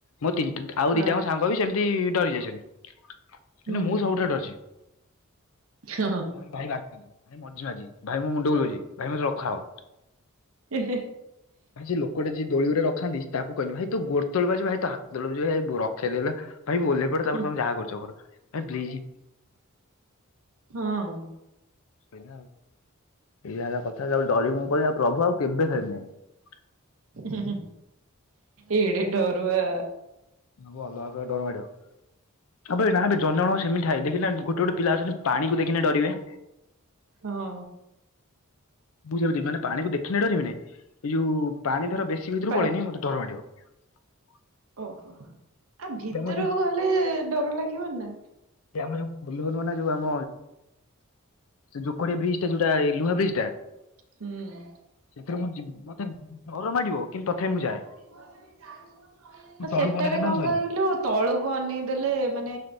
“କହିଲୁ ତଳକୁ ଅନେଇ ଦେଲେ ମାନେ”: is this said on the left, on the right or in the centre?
Right